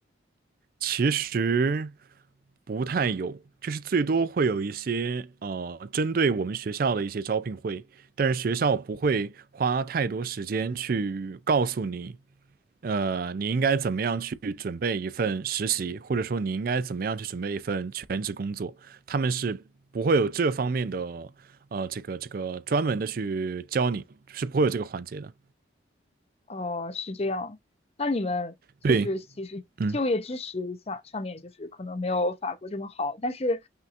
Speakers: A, on the right; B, on the left.
A: 其实不太有，就是最多会有一些呃，针对我们学校的一些招聘会，但是学校不会花太多时间去告诉你，呃，你应该怎么样去准备一份实习，或者说你应该怎么样去准备一份全职工作，他们是不会有这方面的呃，这个这个专门的去教你，是不会有这个环节的。
B: 哦，是这样。那你们就是其实就业支持上上面就是可能没有法国这么好，
A: 对，嗯，
B: 但是，